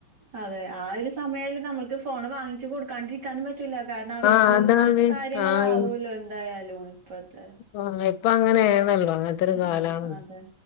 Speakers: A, on the right; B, on the left.
A: അതെ ആ ഒരു സമയയാൽ നമ്മൾക്ക് ഫോൺ വാങ്ങിച്ച് കൊടുക്കാണ്ടിരിക്കാനും പറ്റൂ റ്റുല്ല കാരണം അവർക്ക്
B: ആഹ് അതാണ്
A: കാര്യങ്ങളാവുല്ലോ
B: ആഹ്
A: എന്തായാലും ഇപ്പോഴ്ത്തെ
B: ഉം ഇപ്പൊ അങ്ങനെ ആണല്ലോ അ ത്തരു കാലാണ്.
A: ആഹ് അതെ